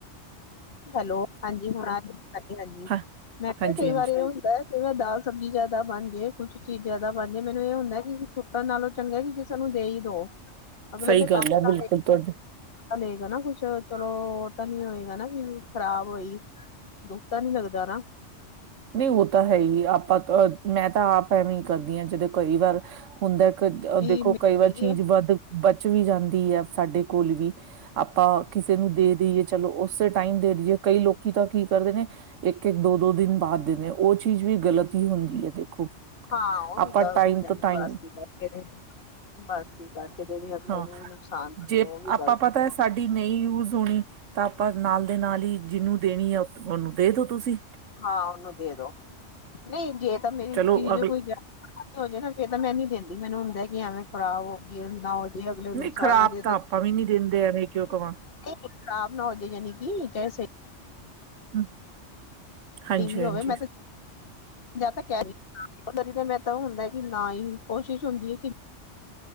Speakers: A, on the left; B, on the right.
A: ਹੈਲੋ, ਹਾਂਜੀ-ਹੁਣ ਹਾਂਜੀ, ਹਾਂਜੀ
B: ਹਾਂ
A: ਮੈਂ ਕਿਹਾ,
B: ਹਾਂਜੀ
A: ਕਈ
B: ਹਾਂਜੀ
A: ਵਾਰ ਇਹ ਹੁੰਦਾ, ਕਈ ਵਾਰ ਦਾਲ-ਸਬਜ਼ੀ ਜ਼ਿਆਦਾ ਬਣ ਜੇ ਕੁਛ। ਚੀਜ਼ ਜਿਆਦਾ ਬਣ ਜਾਏ, ਮੈਨੂੰ ਇਹ ਹੁੰਦਾ ਕਿ ਸੁੱਟਣ ਨਾਲੋਂ ਚੰਗਾ ਕਿ। ਕਿਸੇ ਨੂੰ ਦੇ ਹੀ ਦੋ ਅਗਲੇ
B: ਸਹੀ
A: ਦੇ
B: ਗੱਲ
A: ਕੰਮ
B: ਹੈ
A: ਤਾ
B: ਬਿਲਕੁਲ
A: ਆਏ,
B: ਤੁਹਾਡੀ
A: ਲਏਗਾ ਨਾ ਕੁਛ, ਚਲੋ ਉਹ ਤਾਂ ਨੀ ਹੋਏਗਾ ਨਾ। ਖ਼ਰਾਬ ਹੋਈ ਦੁੱਖ ਤਾਂ ਨੀ ਲੱਗਦਾ ਨਾ,
B: ਨਹੀਂ ਉਹ ਤਾਂ ਹੈ ਹੀ, ਮੈਂ ਤਾਂ ਆਪ ਐਵੇਂ ਹੀ ਕਰਦੀ ਹਾਂ ਜਦੋਂ ਕਈ ਵਾਰ ਹੁੰਦਾ।
A: ਕਿ
B: ਦੇਖੋ,
A: ਮੈਂ
B: ਕਈ ਵਾਰ
A: ਸਹੀ
B: ਚੀਜ਼
A: ਹੈ
B: ਵੱਧ। ਵੀ ਜਾਂਦੀ ਆ, ਸਾਡੇ ਕੋਲ ਵੀ। ਆਪਾਂ ਕਿਸੇ ਨੂੰ ਦੇ ਦੇਈਏ, ਚਲੋ ਉਸੇ ਟਾਈਮ ਦੇ ਦੇਈਏ ਕਈ ਲੋਕ। <unintelligible> ਇਕ-ਇਕ ਦਿਨ ਬਾਹਰ ਦੇ ਨੇ, ਉਹ ਚੀਜ਼ ਵੀ ਗ਼ਲਤ ਹੀ ਹੁੰਦੀ ਹੈ, ਦੇਖੋ।
A: ਹਾਂ, ਉਹ ਵੀ
B: ਆਪਾਂ
A: ਗ਼ਲਤ
B: ਟਾਈਮ
A: ਹੈ ਜਾਂ
B: ਤੋਂ
A: ਤਾਂ
B: ਟਾਈਮ
A: ਬਸਾਂ ਕਰਕੇ, ਜਾਂ ਬਸਤਿਆਂ ਕਰਕੇ ਦੇਵੇ। ਅਗਲੇ
B: ਹਾਂ
A: ਉਹਨਾਂ ਨੂੰ ਵੀ ਨੁਕਸਾਨ ਕਰਦੇ,
B: ਜੇ
A: ਉਹ ਵੀ
B: ਆਪਾਂ
A: ਗ਼ਲਤ
B: ਪਤਾ
A: ਹੈ।
B: ਸਾਡੀ ਨਹੀਂ ਯੂਜ ਹੋਣੀ ਤਾਂ ਆਪਾਂ ਨਾਲ ਦੇ ਨਾਲ ਹੀ, ਜਿਹਨੂੰ ਦੇਣੀ ਆ? ਉਹਨੂੰ ਦੇ ਦੋ, ਤੁਸੀਂ।
A: ਹਾਂ ਉਹਨੂੰ ਦੇ, ਦੋ ਨਹੀਂ ਗੇ। ਤਾਂ, ਮੇਰੀ
B: ਚਲੋ
A: ਚੀਜ਼
B: ਅਗ
A: ਖੋਈ ਆ ਹੋਜੂ, ਨਾ? <unintelligible> ਫਿਰ ਤਾਂ ਮੈਂ ਨੀ ਦਿੰਦੀ, ਮੈਨੂੰ ਹੁੰਦਾ ਕਿ ਐਵੇਂ ਖਰਾਬ ਹੋ ਗਈ ਹੋ ਜ ਅਗਲੇ
B: ਨਹੀਂ
A: ਨੁਕਸਾਨ
B: ਖ਼ਰਾਬ
A: ਨਾ ਦੇ,
B: ਤਾਂ ਆਪਾਂ ਵੀ ਨੀ ਦਿੰਦੇ ਐਵੇਂ ਕਿਉਂ ਕਵਾਂ
A: ਖਰਾਬ ਨਾ ਹੋ ਜੋ, ਜਾਨੇ ਕਿ <unintelligible>
B: ਹੰ ਹਾਂਜੀ
A: ਵੀ
B: -ਹਾਂਜੀ।
A: ਹੋਵੇ ਮੈਂ ਤਾਂ ਜਾਂ ਤਾਂ ਕਹਿ ਰਹੀ ਹਦੀ, ਤਾਂ ਮੇ, ਤਾਂ ਹੁੰਦਾ ਕਿ ਨਾ, ਹੀ, ਕੋਸ਼ਿਸ਼ ਹੁੰਦੀ ਹੈ ਕਿ